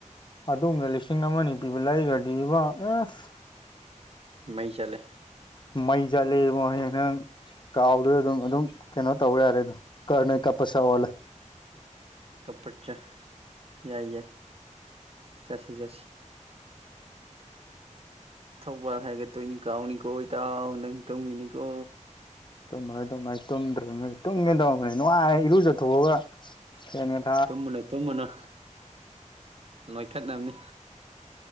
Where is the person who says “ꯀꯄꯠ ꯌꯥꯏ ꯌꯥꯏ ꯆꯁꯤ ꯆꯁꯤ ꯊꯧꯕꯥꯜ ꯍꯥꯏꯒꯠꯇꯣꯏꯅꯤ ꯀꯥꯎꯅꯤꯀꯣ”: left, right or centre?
Right